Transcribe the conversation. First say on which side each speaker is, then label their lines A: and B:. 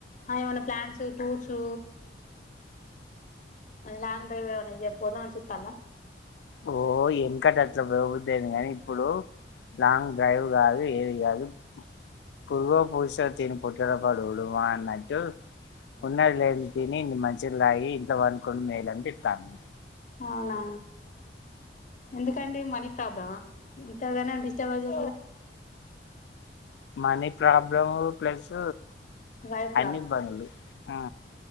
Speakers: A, on the left (about 45°); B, on the left (about 70°).
A: అ ఎవన్ల ప్లాన్స్ టూర్సు లాంగ్ డ్రైవ్ ఏమన్నా పోదామని చూత్తరా
B: ఓ వెనకట అట్ల పోబుద్ధి అయింది గానీ ఇప్పుడూ లాంగ్ డ్రైవ్ కాదు ఏది కాదు పునుగో పూశో తిని <unintelligible> వడుడు వా అన్నట్టు ఉన్నది లేనిది తిని ఇన్ని మంచినీళ్లు తాగి ఇంట్లో పనుకుంట మేల్ అనిపిత్తాంది
A: అవునా ఎందుకండి మనీ కధ ఇంతగనం disturbance
B: money problem plus
A: wife
B: అన్ని బనులు ఆ